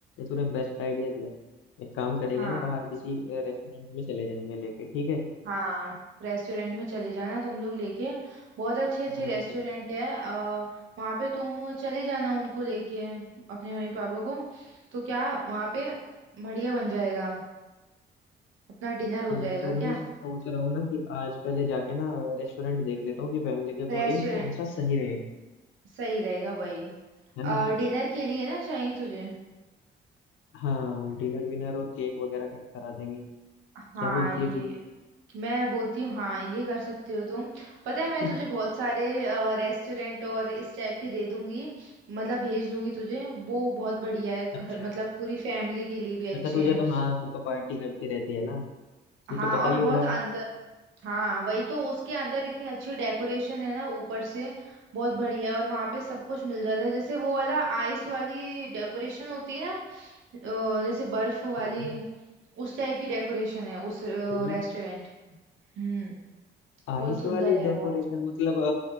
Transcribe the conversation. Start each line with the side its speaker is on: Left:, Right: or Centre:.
Left: तूने बेस्ट आइडिया दिया एक काम करेंगे
Right: हाँ
Left: ना बाहर किसी रेस्टोरेंट में चले जाएंगे लेके ठीक है
Right: हाँ रेस्टोरेंट में चले जाना तुम लोग लेके बहुत अच्छे अच्छे
Left: अम,
Right: रेस्टोरेंट है आ, वहाँ पे तुम चले जाना उनको लेके अपने मम्मी पापा को तो क्या वहाँ पे बढ़िया बन जाएगा अपना
Left: अच्छा,
Right: डिनर हो जाएगा
Left: तो भी
Right: क्या
Left: मैं सोच रहा हूँ ना कि आज पहले जाके ना रेस्टोरेंट देख लेता हूँ कि फैमिली के अकॉर्डिंग
Right: रेस्टोरेंट
Left: कौन सा सही रहेगा
Right: सही रहेगा वही
Left: है ना
Right: आ, डिनर के लिए ना चाहिए तुझे
Left: हाँ डिनर विनर और केक वगैरह कट करा देंगे
Right: हाँ
Left: क्या बोलती
Right: ये
Left: है तू
Right: मैं बोलती हूँ हाँ ये कर सकती हो तुम पता है
Left: <laughs>
Right: मैं तुझे बहुत सारे रेस्टोरेंट और इस टाइप के दे दूंगी मतलब भेज दूंगी तुझे वो बहुत बढ़िया है घर
Left: अच्छा
Right: मतलब पूरी फैमिली के लिए भी अच्छे
Left: अच्छा तुझे
Right: हैं
Left: तो हाँ तू तो पार्टी करती रहती है ना तू
Right: हाँ
Left: तो पता
Right: और
Left: ही होगा
Right: बहुत अंदर हाँ वही तो उसके अंदर इतनी अच्छी डेकोरेशन है ना ऊपर से बहुत बढ़िया है और वहाँ पे सब कुछ मिल जाता है जैसे वो वाला आइस वाली डेकोरेशन होती है ना अ, जैसे बर्फ वाली
Left: हाँ
Right: उस टाइप की डेकोरेशन है उस रेस्टोरेंट
Left: हम्म।
Right: में हम्म
Left: आइस
Right: बहुत सुंदर
Left: वाली
Right: है
Left: डेकोरेशन
Right: वो
Left: मतलब अ,